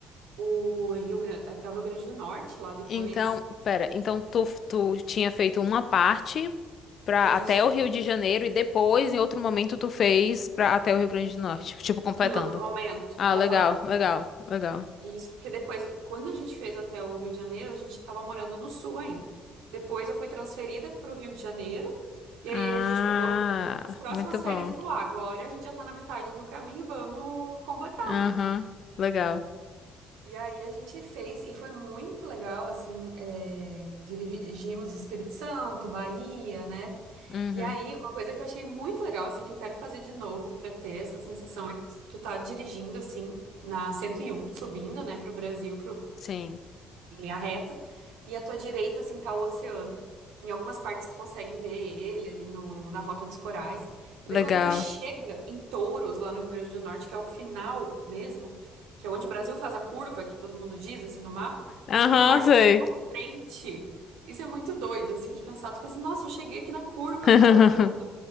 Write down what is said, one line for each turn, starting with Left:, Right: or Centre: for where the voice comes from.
Right: o Rio Grande, até o Rio Grande do Norte, lá depois.
Left: Então, pera, então tu, tu tinha feito uma parte para
Right: Isso,
Left: até o Rio de Janeiro e depois, em outro momento, tu fez para até o Rio Grande do Norte, tipo completando.
Right: em outro momento.
Left: Ah,
Right: Aham.
Left: legal, legal, legal.
Right: Isso, porque depois, quando a gente fez até o Rio de Janeiro, a gente estava morando no Sul ainda. Depois eu fui transferida para o Rio de Janeiro, e
Left: Ah,
Right: aí a gente pegou as próximas
Left: muito
Right: férias
Left: bom.
Right: e falou: ah, agora a gente já está na metade do caminho, vamos completar,
Left: Aham,
Right: né?
Left: legal.
Right: E aí a gente fez, e foi muito legal, assim, é, dirigimos Espírito Santo, Bahia, né?
Left: Uhum,
Right: E aí, uma coisa que eu achei muito legal, assim, que eu quero fazer de novo pra ter essa sensação é que tu tá dirigindo, assim, na 101 subindo, né, pro Brasil, pro,
Left: sim,
Right: em linha reta, e à tua direita, assim, tá o oceano. Em algumas partes tu consegue ver ele ali no, na Rota dos Corais. E
Left: legal.
Right: daí quando tu chega em Touros, lá no Rio Grande do Norte, que é o final mesmo, que é onde o Brasil faz a curva, que todo mundo diz, assim, no mapa,
Left: Aham,
Right: o mar
Left: sei.
Right: tá pra frente. Isso é muito doido, assim, de pensar. Tu pensa, nossa, eu cheguei aqui na curva
Left: <laughs>
Right: do Brasil.